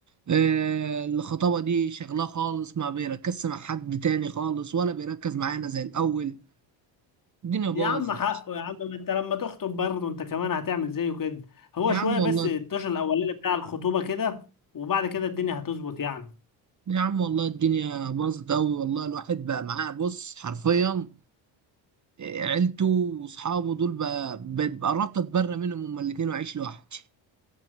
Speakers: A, on the right (about 35°); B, on the left (about 40°).
A: آه الخطابه دي شغلاه خالص ما بيركزش مع حد تاني خالص ولا بيركز معانا زي الاول الدنيا باظت
B: يا عم حقه يا عم ما انت لما تخطب برضه انت كمان هتعمل زيه كده هو
A: يا
B: شويه
A: عم
B: بس
A: والله
B: الطشة الاولاني بتاع الخطوبه كده وبعد كده الدنيا هتظبط يعني
A: يا عم والله الدنيا باظت قوي والله الواحد بقى معاه بص حرفيا عيلته واصحابه دول ب- ب- قربت اتبرى منهم هما الاتنين واعيش لوحدي